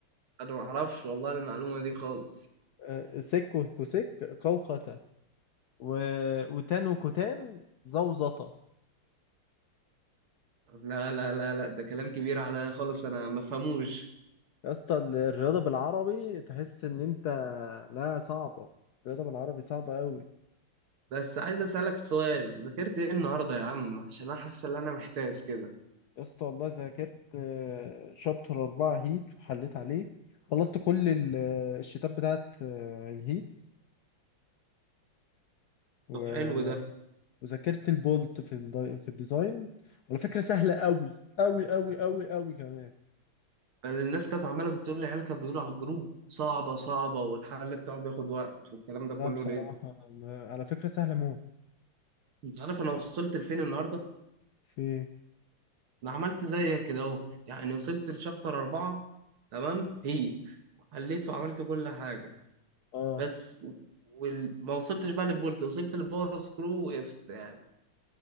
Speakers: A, on the right; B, on the left.
A: أنا ما أعرفش والله المعلومة دي خالص
B: آه، سك وكوسك قا وقتا و... وتان وكتان زوزطة
A: لا لا لا لا ده كلام كبير عليا خالص أنا ما بفهموش
B: يا اسطى الرياضه بالعربي تحس ان انت لا صعبه الرياضه بالعربي صعبه قوي
A: بس عايز اسالك سؤال ذاكرت ايه النهارده يا عم عشان انا حاسس ان انا محتاس كده
B: يا اسطى والله ذاكرت آه، شابتر أربعة هيت وحليت عليه خلصت كل ال- آه، الشتات بتاعت آه، الهيت و-
A: طب حلو ده
B: وذاكرت البولت في الدي- في الديزاين على فكرة سهلة أوي أوي أوي أوي أوي كمان
A: أنا الناس كانت عماله بتقول لي العيال كانت بيقولوا على الجروب صعبه صعبه والحل بتاعه بياخد وقت والكلام ده
B: لا
A: كله
B: بصراحة
A: ليه
B: ما- على فكرة سهلة موت
A: انت عارف انا وصلت لفين النهارده
B: في
A: انا عملت زيك كده اهو يعني وصلت لشابتر أربعة تمام هيت حليت وعملت كل حاجه
B: اه
A: بس وال... ما وصلتش بقى للبولت وصلت للباور سكرو وقفت يعني